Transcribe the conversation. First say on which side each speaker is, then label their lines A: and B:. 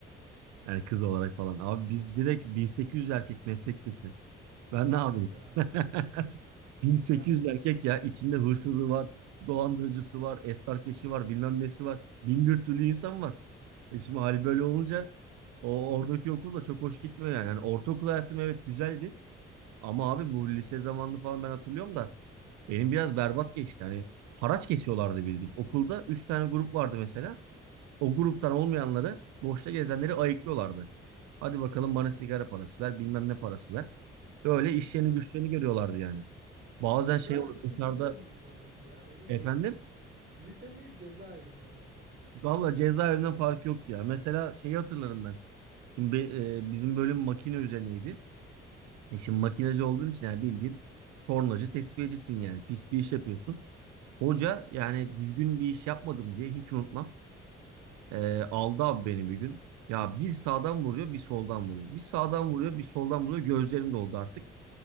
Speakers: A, on the right; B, on the right.
A: Yani kız olarak falan. Abi biz direkt 1800 erkek meslek lisesi. Ben
B: Hayda.
A: ne yapayım? <laughs> 1800
B: Yani
A: erkek ya içinde hırsızı var, dolandırıcısı var, esrarkeşi var, bilmem nesi var. Bin bir türlü insan var. E şimdi hali böyle olunca o oradaki okul da çok hoş gitmiyor yani. Hani ortaokul hayatım evet güzeldi ama abi bu lise zamanını falan ben hatırlıyorum da benim biraz berbat geçti. Hani haraç kesiyorlardı bildiğin. Okulda 3 tane grup vardı mesela. O gruptan olmayanları, boşta gezenleri ayıklıyorlardı. Hadi bakalım bana sigara parası ver, bilmem ne parası ver. Böyle işlerini
B: <laughs>
A: güçlerini görüyorlardı yani. Bazen
B: cezaevi
A: şey olur
B: mi
A: dışarıda
B: lise miydi orası ya? Emin
A: efendim.
B: misin? <laughs> Lise mi cezaevi mi orası? <laughs>
A: Valla cezaevinden farkı yok ya. Mesela şeyi hatırlarım ben. Şimdi be- e, bizim bölüm makine üzerineydi. E şimdi makinacı olduğun için yani bildiğin tornacı tesviyecisin yani. Pis bir iş yapıyorsun. Hoca yani düzgün bir iş yapmadım diye hiç unutmam. E, aldı abi beni bir gün. Ya bir sağdan vuruyor bir soldan vuruyor. Bir sağdan vuruyor bir soldan vuruyor. Gözlerim doldu artık.